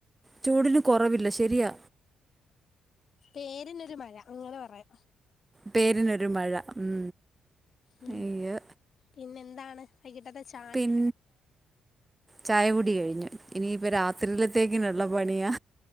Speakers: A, on the right (about 15°); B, on the left (about 55°).
A: ചൂടിന് കൊറവില്ല ശരിയാ.
B: പേരിനൊരു മഴ അങ്ങനെ പറയാ.
A: പേരിനൊരു മഴ ഉം.
B: ഉം,
A: അയ്യോ
B: പിന്നെ എന്താണ് വൈകിട്ടത്തെ ച
A: പിൻ ചായകുടി കഴിഞ്ഞു ഇനിയിപ്പ രാത്രിയിലത്തേ ങ്കി നല്ല പണിയാ